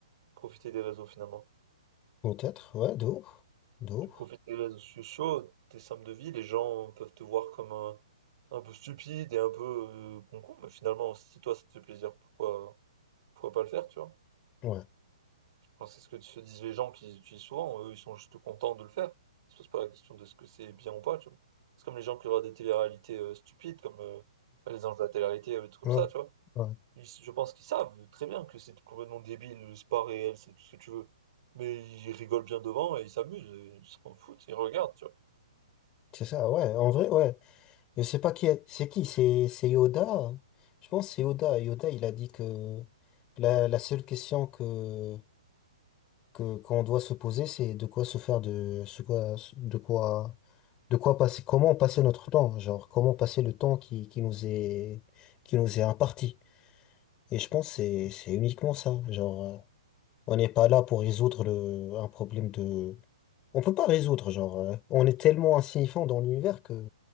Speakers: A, on the right (about 50°); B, on the left (about 20°).
A: profiter des réseaux finalement.
B: Peut-être, ouais, de ouf, de ouf.
A: Tu profites des réseaux sociaux, tes sommes de vie, les gens peuvent te voir comme un Un peu stupide et un peu, heu, con-con, mais finalement, si toi ça te fait plaisir, pourquoi pourquoi pas le faire, tu vois?
B: Ouais,
A: Enfin, c'est ce que se disent les gens qui les utilisent souvent, eux, ils sont juste contents de le faire. Ils se posent pas la question de ce que c'est bien ou pas, tu vois? C'est comme les gens qui regardent des téléréalités, heu, stupides comme, heu, bah, Les Anges de la télé-réalité, heu, des trucs comme
B: ouais,
A: ça, tu vois?
B: ouais.
A: Ils je pense qu'ils savent très bien que c'est complètement débile, c'est pas réel, c'est tout ce que tu veux, mais ils rigolent bien devant et ils s'amusent et ils s'en foutent, ils regardent, tu vois?
B: C'est ça, ouais, en vrai, ouais. Je sais pas qui est, c'est qui, c'est, c'est Yoda. hein. Je pense que c'est Yoda. Yoda, il a dit que la, la seule question que, que qu'on doit se poser, c'est de quoi se faire de ce quoi de quoi de quoi passer comment passer notre temps, genre comment passer le temps qui, qui nous est qui nous est imparti. Et je pense que c'est c'est uniquement ça, genre euh, on n'est pas là pour résoudre le un problème de on peut pas résoudre genre euh, on est tellement insignifiant dans l'univers que